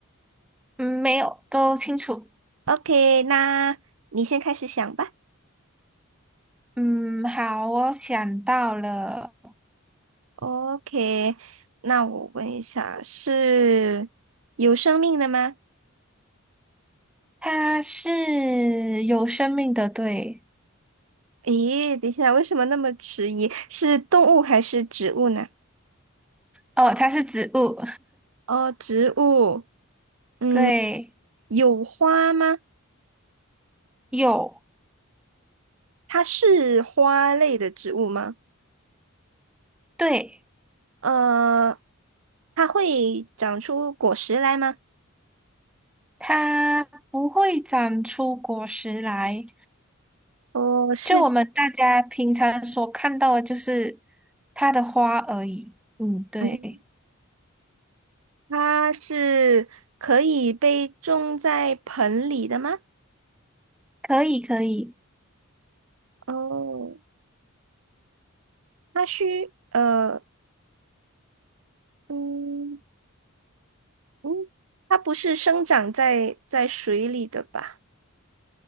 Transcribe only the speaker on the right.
？OK，那你先开始想吧。
OK，那我问一下，是有生命的吗？
咦，等一下，为什么那么迟疑？是动物还是植物呢？
哦，植物，嗯，
有花吗？
它是花类的植物吗？
呃，它会长出果实来吗？
哦，是，
嗯，它是可以被种在盆里的吗？
哦，它需，呃，嗯。嗯，它不是生长在在水里的吧？